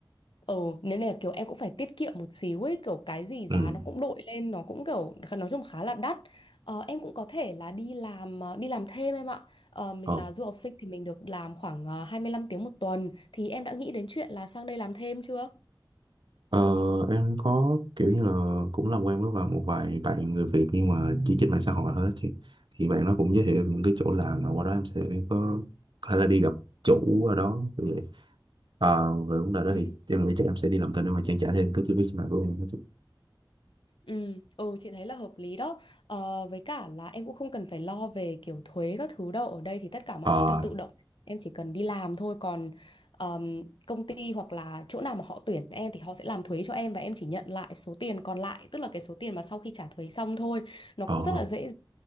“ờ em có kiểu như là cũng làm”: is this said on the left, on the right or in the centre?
Right